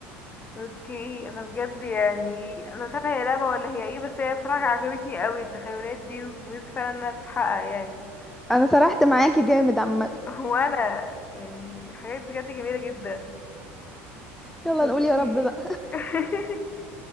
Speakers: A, on the left (about 25°); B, in the centre.
A: <laughs> اوكي انا بجد يعني انا مش عارفه هي لعبه ولا هي ايه بس هي بصراحه عجبتني قوي التخيلات دي ونفسي فعلا انها تتحقق يعني
B: انا سرحت معاكي جامد عامه
A: <laughs> وانا يعني حاجات بجد جميله جدا
B: يلا
A: اوكي
B: نقول يا رب بقى
A: <laughs>